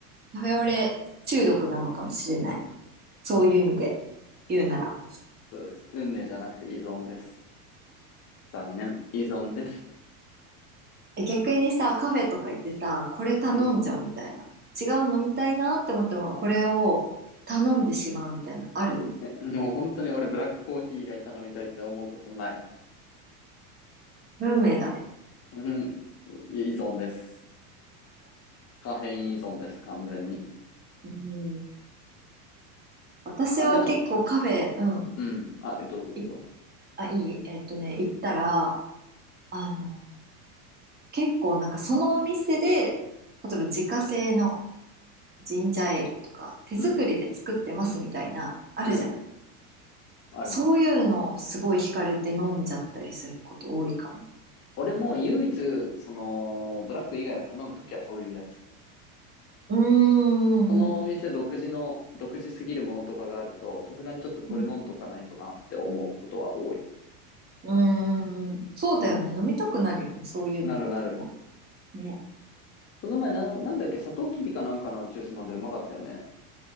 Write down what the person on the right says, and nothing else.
カフェオレ中毒なのかもしれない。そういう意味で言うなら。
え逆にさ、カフェとか行ってさ、これ頼んじゃうみたいな。
違うの飲みたいなって思っても、これを頼んでしまうみたいな。
ある
運命だね。
うん。私は結構カフェ、
うん、
い、あ、いい、えっとね、
行ったら、あの、結構なんかそのお店で、例えば自家製のジンジャーエールとか、手作りで作ってますみたいな、
あるじゃない。
そういうのをすごい惹かれて飲んじゃったりすること多いかも。
うーん、
うん、
うん。うんうんうん。そうだよね。
飲みたくなるよね。そういうのだとね。
ね。